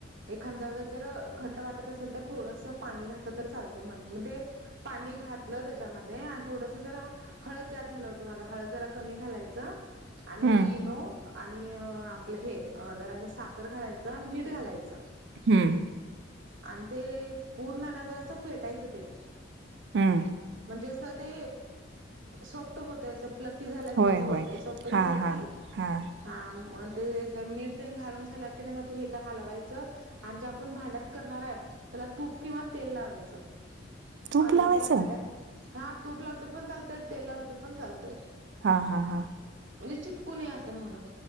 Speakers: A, on the right; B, on the right.
A: एखाद्या वेळ जर घट वाटत असेल तर थोडंसं पाणी घातलं तर चालतय म्हण म्हणजे...... पाणी घातलं त्याच्यामध्ये आणि थोडस जरा..... हळद जास्त झालं होतं माझा हळद जरा कमी घालायचं आणि
B: हम्म
A: इनो..... आणि आपलं हे जरा असं साखर घालायचं मीठ घालायचं....
B: हम्म....
A: आणि ते पूर्ण नजार असं फेटायचं ते.....
B: हम्म....
A: म्हणजे अस ते सॉफ्ट होत आसेल.... ल्या
B: होय
A: होत
B: होय
A: झा
B: हा हा
A: क <unintelligible>
B: हा
A: हां मग ते जर मीठ तेनी घालून झालं की नाही मग ते हे हलवायचं.... आणि जे आपण भांड्यात करणार आहे त्याला तूप किंवा तेल लावायचं.....
B: तूप
A: आणि
B: लावायचं
A: त्या भांड्यात हा तूप लावल तर पण चालतय तेल लावल तर पण चालतय...
B: हा हा हा....
A: म्हणजे चिटकू नय असं म्हणून